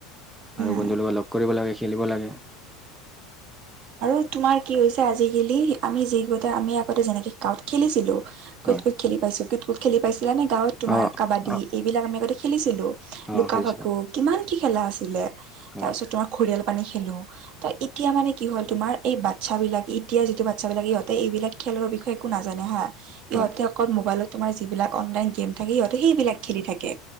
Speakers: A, in the centre; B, on the right (about 55°).
A: আৰু বন্ধু
B: উম
A: লগক লগ কৰিব লাগে, খেলিব লাগে।
B: আৰু তোমাৰ কি হৈছে আজিকালি আমি যিগতে আমি আগতে যেনেকে গাঁওত খেলিছিলোঁ কুত
A: হয়
B: কুত খেলি পাইছো কুত কুত খেলি পাইছিলানে গাঁৱত তোমাৰ
A: অ
B: কাবাডী
A: অ
B: এইবিলাক আমি আগতে খেলিছিলো।
A: অ
B: লুকা
A: খেলিছিলো
B: ভাকু কিমান কি খেলা আছিলে
A: হয়
B: তাৰপিছত তোমাৰ। ঘৰিয়াল পানী খেলো, ত এতিয়া মানে কি হ'ল তোমাৰ, এই বাচ্ছাব বিলাকে এতিয়া যিটো বাচ্ছাবিলাক, ইহঁতে এইবিলাক খেলৰ বিষয়ে একো নাজানে হা।
A: হয়
B: ইহঁতে অকল মোবাইলত তোমাৰ যিবিলাক অনলাইন গেম থাকে সিহঁতে সেইবিলাক খেলি থাকে।